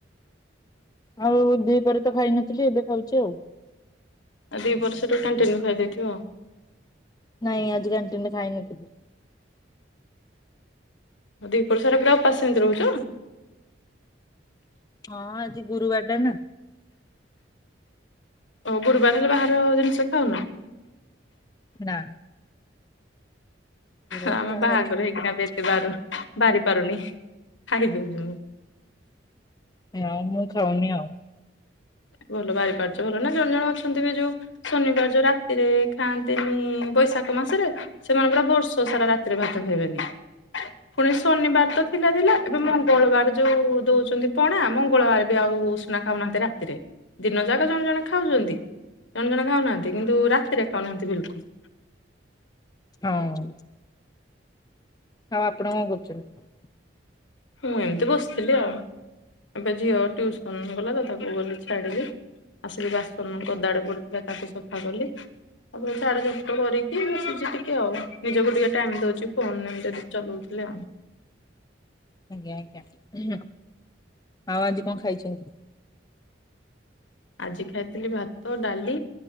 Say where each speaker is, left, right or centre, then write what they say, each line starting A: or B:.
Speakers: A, on the left; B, on the left.
A: ଆଉ ଦି ପହରେ ତ ଖାଇନଥିଲି ଏବେ ଖାଉଛି ଆଉ।
B: ଆଉ ଦି ପରେ ସେଠୁ କାଣ୍ଟିନ୍ ରୁ ଖାଇଥିବ ଆଉ।
A: ନାଇଁ ଆଜି କାନ୍ଟିନ୍ ଖାଇ ନଥିଲି।
B: ଦିପହର ସାରା ପୁରା ଉପାଶ ସେମିତି ରହୁଛ?
A: ହଁ ଆଜି ଗୁରୁବାରଟା ନା।
B: ଓ ଗୁରୁବାର ହେଲେ ବାହାର ଜିନିଷ ଖାଉନ।
A: ନା। ଗୁରୁବାର
B: ଆମେ
A: ଯାହା
B: ବାହାଘର
A: ଖାଇବ।
B: ହେଇକିନା ବି ଏତେ ବା ବାରି ପାରୁନି। ଖାଇ ଦଉଛି ମୁଁ।
A: ମୁଁଆଉ ମୁଁ ଖାଉନି ଆଉ।
B: ଭଲ ବାହାରିପାରୁଛ ଭଲ ନା। ଜଣେ ଜଣ ଅଛନ୍ତି ବି ଯୋଉ ଶନିବାର ଯୋଉ ରାତିରେ ଖାଆନ୍ତିନି ବୈଶାଖ ମାସରେ ସେମାନେ ପୁରା ବର୍ଷ ସାରା ରାତିରେ ଭାତ ଖାଇବେନି। ପୁଣି ଶନିବାର ତ ଥିଲା ଥିଲା ଏବେ ମଙ୍ଗଳବାର ଯୋଉ ଦଉଛନ୍ତି ପଣା ମଙ୍ଗଳବାର ବି ଆଉ ନା ଖାଉନାହାନ୍ତି ଏରା ରାତିରେ ଦିନ ଯାକ ଜଣେ ଜଣେ ଖାଉଛନ୍ତି ଜଣେ ଜଣେ ଖାଉନାହାନ୍ତି କିନ୍ତୁ ରାତିରେ ଖାଉନାହାନ୍ତି ବିଲକୁଲ୍।
A: ହଁ ହଉ ଆପଣ କଣ କରୁଛନ୍ତି?
B: ମୁଁ ଏମିତି ବସିଥିଲି ଆଉ ଏବେ ଝିଅ ଟିଉସନ୍ ଗଲା ତ ତାକୁ ଗଲି ଛାଡିଲି। ଆସିକି ବାସନ ଗଦାଡେ ପଡିଥିଲା ତାକୁ ସଫା କଲି ତାପରେ ଝାଡ଼ୁ ଝପଟ କରିକି ବସୁଛି ଟିକେ ଆଉ ନିଜକୁ ଟିକେ ଟାଇମ ଦଉଛି ଫୋନରେ ଏମିତି ଚଲଉଥିଲେ ଆଉ
A: ଆଜ୍ଞା ଆଜ୍ଞା ହୁଁ ଆଉ ଆଜି କଣ ଖାଇଛନ୍ତି?
B: ଆଜି ଖାଇଥିଲି ଭାତ ଡାଲି